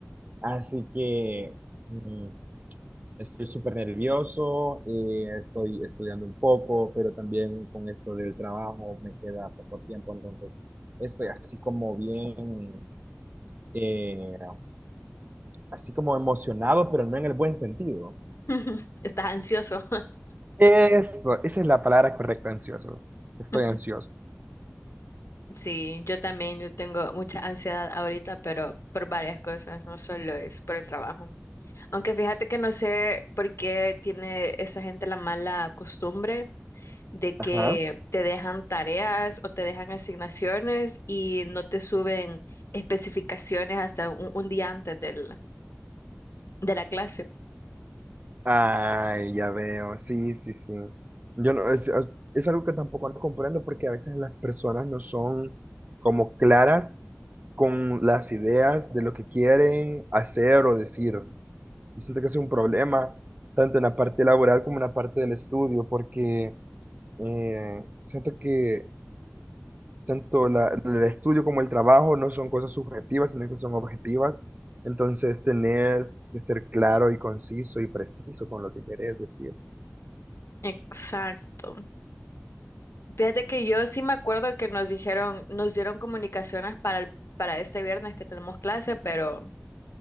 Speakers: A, on the right; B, on the left.
A: Así que, mm, Estoy súper nervioso, eh, estoy estudiando un poco, pero también con esto del trabajo me queda poco tiempo, entonces estoy así como bien, eh, así como emocionado, pero no en el buen sentido.
B: <laughs> ¿Estás ansioso?
A: Eso, esa es la palabra correcta, ansioso. Estoy
B: <laughs>
A: ansioso.
B: Sí, yo también, yo tengo mucha ansiedad ahorita, pero por varias cosas, no solo es por el trabajo. Aunque fíjate que no sé por qué tiene esa gente la mala costumbre de que
A: Ajá.
B: te dejan tareas o te dejan asignaciones y no te suben especificaciones hasta un, un día antes del- de la clase.
A: Ay, ya veo. Sí, sí, sí. Yo no, es, es algo que tampoco no comprendo porque a veces las personas no son como claras con las ideas de lo que quieren hacer o decir. Y siento que es un problema, tanto en la parte laboral como en la parte del estudio, porque eh, siento que tanto la- el estudio como el trabajo no son cosas subjetivas, sino que son objetivas. Entonces tenés que ser claro y conciso y preciso con lo que querés decir.
B: Exacto. Fíjate que yo sí me acuerdo que nos dijeron, nos dieron comunicaciones para el- para este viernes que tenemos clase, pero